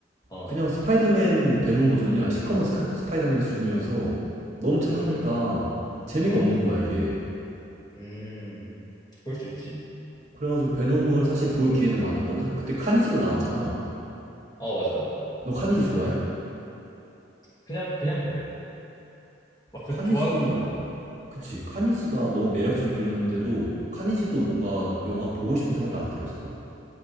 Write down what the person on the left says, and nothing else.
어.
음.
어.
음. 그럴 수 있지.
어. 어, 맞아.
그냥 그냥 그래. 막 그렇게
좋아하는 편은 아니야.